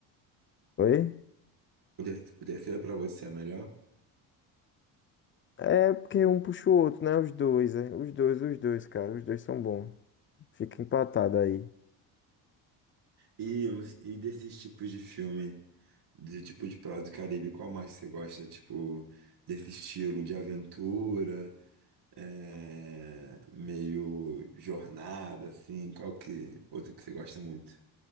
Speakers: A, on the left; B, on the right.
A: Oi?
B: O ter- o terceiro pra você é melhor.
A: É porque um puxa o outro, né? Os dois, é. Os dois, os dois, cara. Os dois são bons. Fica empatado aí.
B: E, você- e desses tipos de filme. De tipo de prato do Caribe, qual mais você gosta? Tipo, desse estilo de aventura, é, meio jornada, assim, qual que outro que você gosta muito?